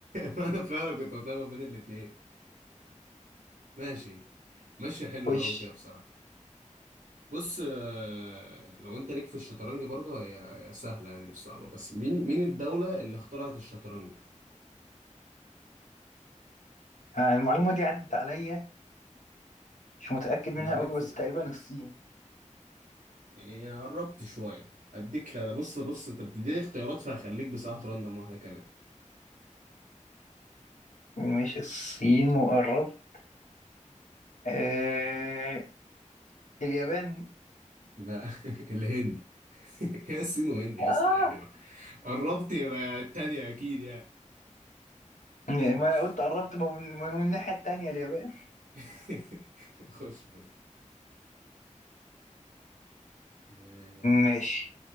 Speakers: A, on the right; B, on the left.
A: فانا فعلا كنت بطلع ما بين الاتنين ماشي ماشي حلو
B: خش
A: قوي كده بصراحة بص آه، لو انت ليك في الشطرنج برضه هي هي سهلة يعني مش صعبة بس مين مين الدولة اللي اخترعت الشطرنج؟
B: آه، المعلومة دي عدت عليا مش متأكد منها
A: انا لو ليك
B: قوي
A: في
B: بس تقريبا الصين
A: هي قربت شوية اديك لا بص بص انت بتديني اختيارات فهخليك بصراحة راندم واحدة كمان
B: مش الصين وقربت آه... اليابان
A: لا <laughs> الهند <laughs> هي الصين وهند يا
B: آه
A: اسطى يعني ما قربت يبقى التانية اكيد يعني
B: ما
A: ماشي
B: قلت قربت ما هو من ما هو من الناحية التانية اليابان
A: <laughs> خش خش آه،
B: ماشي